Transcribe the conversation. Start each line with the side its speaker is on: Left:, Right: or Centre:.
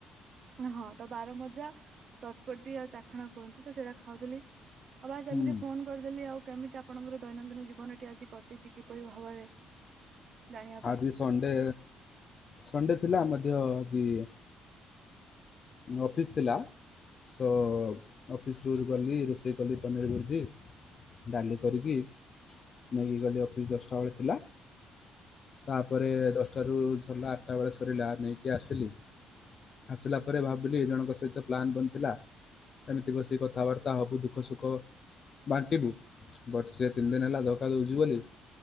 Right: ହଁ ତ ବାର ମଜା ଚଟପଟି ଆଉ ଚାଖଣ କୁହନ୍ତି ତ ସେଇଟା ଖାଉଥିଲି ଆଉ ବା
Left: ହୁଁ
Right: ସେମିତି କରିଦେଲି ଆଉ କେମିତି ଆପଣଙ୍କର ଦୈନନ୍ଦିନ ଜୀବନ ଟି ଆଜି କଟିଛି କିପରି ଭାବରେ ଜାଣିବା ପାଇଁ
Left: ଆଜି ସଣ୍ଡେ ସଣ୍ଡେ ଥିଲା ମଧ୍ୟ ଆଜି ଅଫିସ୍ ଥିଲା ସୋ ଅଫିସ ରୁ ଗଲି ରୋଷେଇ କଲି ପନିର ଭୁଡ଼ ଡାଲି କରିକି ନେଇକି ଗଲି ଅଫିସ ଦଶଟା ବେଳେ ଥିଲା। ତାପରେ ଦଶ ସେଠୁ ସରିଲା ଆଠଟା ବେଳେ ସରିଲା ନେଇକି ଆସିଲି ଆସିଲା ଘରେ ଭାବିଲି ଏ ଜଣଙ୍କ ସହିତ ପ୍ଲାନ୍ ବନଥିଲା ଏମିତି ବସିକି କଥାବାର୍ତ୍ତା ହବୁ ଦୁଃଖ ସୁଖ ବାଣ୍ଟିବୁ ବଟ୍ ସେ ତିନି ଦିନ ହେଲା ଧକା ଦଉଛି ବୋଲି